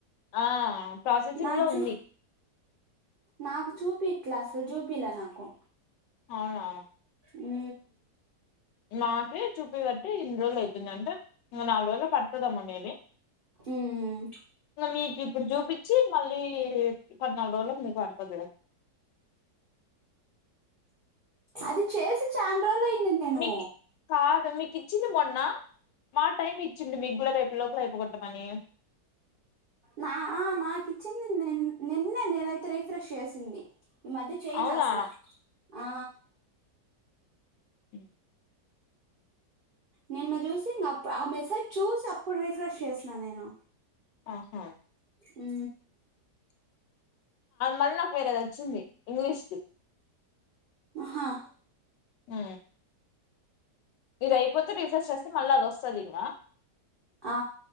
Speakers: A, on the left; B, on the right.
A: ఆ ప్రాసెసింగ్
B: నా
A: లో
B: చూ
A: ఉంది
B: నాకు చూపి క్లాస్ చూపిలా నాకు
A: అవునా
B: ఉ
A: నాకి చూప బట్టి ఇన్ని రోజలు అవుతుంది అంటే నాలుగుల పడి వమ్మ మీది
B: ఉమ్
A: ఇకా మీకు ఇప్పుడు చూపించి మళ్ళీ పద్నాలుగు రోజులకు మీకు పడుతుంది
B: అది చేసి చాని రోజులు అయింది నేను
A: మీకు కాదు మీకు ఇచ్చింది మొన్న మా టైమ్ ఇచ్చింది మికుల రేపు లోపల అయిపోగొట్టమని
B: నా నాకు ఇచ్చింది నిన్నే నేనుతే రీఫ్రెష్ చేసింది ఈ మది చేయలే
A: అవునా
B: అసలా ఆ
A: హ
B: నిన్న చూసి ఆ మెసేజ్ చూసి అప్పుడు రీఫ్రెష్ చేసినా నేను
A: ఆహా
B: ఉ
A: మళ్ళీ నాకు వేరేది అది వచ్చింది ఇంగ్లీష్ కి
B: ఆహా
A: ఆ ఇది అయిపోతే రీసెస్ చేస్తే మళ్ళీ అది వస్తుంది ఇంకా
B: ఆ